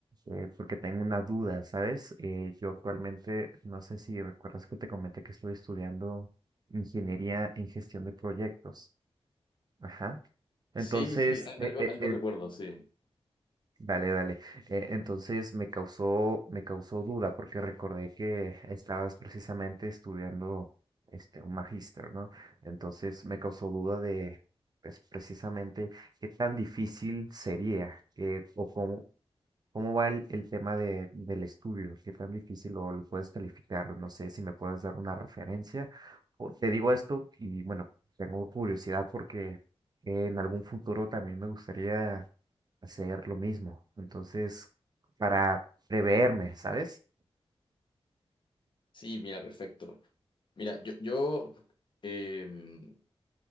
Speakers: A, on the right; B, on the left.
A: eh, porque tengo una duda, ¿sabes? Eh, yo actualmente, no sé si recuerdas que te comenté que estoy estudiando ingeniería en gestión de proyectos. Ajá. Entonces,
B: Sí, sí, al-
A: eh,
B: algo,
A: eh,
B: algo
A: eh,
B: recuerdo, sí.
A: Dale, dale. Eh, entonces me causó, me causó duda porque recordé que estabas precisamente estudiando este un magíster, ¿no? Entonces me causó duda de pues, precisamente qué tan difícil sería eh, o cómo, cómo va el, el tema de, del estudio, qué tan difícil o lo puedes calificar. No sé si me puedes dar una referencia. O- te digo esto y bueno, tengo curiosidad porque en algún futuro también me gustaría hacer lo mismo. Entonces, para preverme, ¿sabes?
B: Sí, mira, perfecto. Mira, yo, yo em,